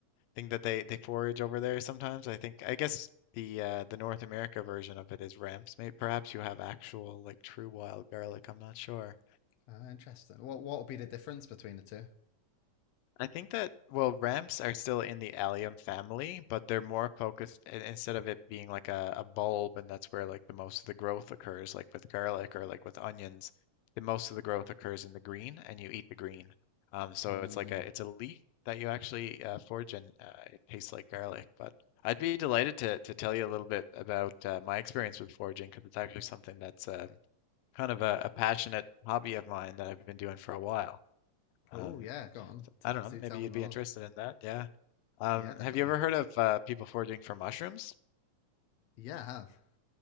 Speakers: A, on the left; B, on the left.
A: thing that they they forage over there sometimes. I think I guess the uh, the North America version of it is ramps. Maybe perhaps you have actual like true wild garlic. I'm not sure.
B: Uh, interesting. What what would be the difference between the two?
A: I think that, well, ramps are still in the allium family, but they're more focused i- instead of it being like a, a bulb and that's where like the most of the growth occurs, like with garlic or like with onions, the most of the growth occurs in the green and you eat the green. Um, so
B: Mm.
A: it's like a it's a leaf that you actually uh, forage and uh, it tastes like garlic. But I'd be delighted to to tell you a little bit about uh, my experience with foraging because it's actually something that's um, kind of a, a passionate hobby of mine that I've been doing for a while.
B: Oh
A: Um,
B: yeah, go on.
A: so,
B: T-
A: I don't know.
B: do
A: Maybe
B: tell
A: you'd
B: me more.
A: be interested in that. Yeah. Um,
B: Yeah, definitely.
A: have you ever heard of uh, people foraging for mushrooms?
B: Yeah, I have.